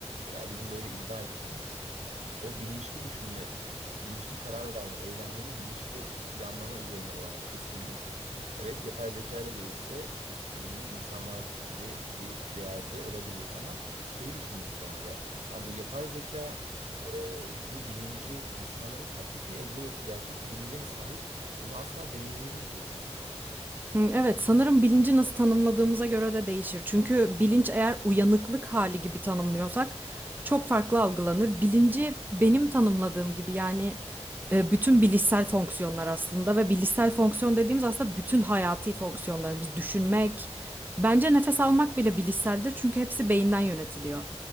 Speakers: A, on the right (about 80°); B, on the right (about 15°).
A: veya bizim böyle iddia ettiğimiz o bilinçli düşünme, bilinçli karar verme, eylemlerini bilinçli planlama üzerine olan kısmımız evet yapay zeka da gelirse bugün insanlar gibi bir değerde olabilir ama şeyi düşündüm sonra da yani bu yapay zeka e, bu bilinci insanları taklit mi ediyor yoksa gerçek bir bilince mi sahip bunu asla deneyimleyemeyeceğiz gibi.
B: Hmm, Evet, sanırım bilinci nasıl tanımladığımıza göre de değişir. Çünkü bilinç eğer uyanıklık hali gibi tanımlıyorsak çok farklı algılanır. Bilinci benim tanımladığım gibi yani e, bütün bilişsel fonksiyonlar aslında ve bilişsel fonksiyon dediğimiz aslında bütün hayati fonksiyonlarımız, düşünmek, bence nefes almak bile bilişseldir çünkü hepsi beyinden yönetiliyor.